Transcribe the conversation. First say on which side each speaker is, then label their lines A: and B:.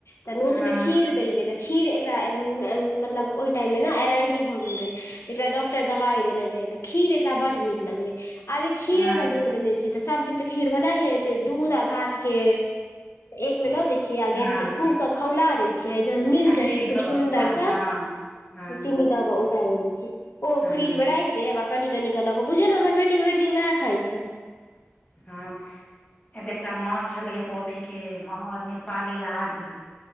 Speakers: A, on the left; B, on the left.
A: तऽ नोत
B: हँ
A: में खीर देलै के खीर एकरा <unintelligible> मतलब ओहि टाइममे ने एलर्जी भऽ गेल रहै! तऽ एकरा डॉक्टर दबाइ देने रहै तऽ खीर एकरा बड़ नीक लगलै! अभी खीरे
B: हँ
A: पर जोर देने छै तऽ सब दिन तऽ खीर बनायल ने हेते दूध आ भात के एकमे दऽ <unintelligible> छिया गैस
B: हँ
A: पर खूब के खौला दै छियै जहन मिल
B: आ
A: जाय
B: चीनी
A: छै खूब
B: दऽ
A: सुन्दर
B: कऽ स्वाद
A: से
B: हँ हँ
A: चीनी दके उतैर दय छिय ओ
B: हँ
A: फ्रिज मे दे आ कनि कनि कलक बुझियौ ने हमर बेटी भरि दिन वएह खाइ छै!
B: हँ एत एकटा माछ छलैए पोठी के <unintelligible> ओ नेपालै ल आवि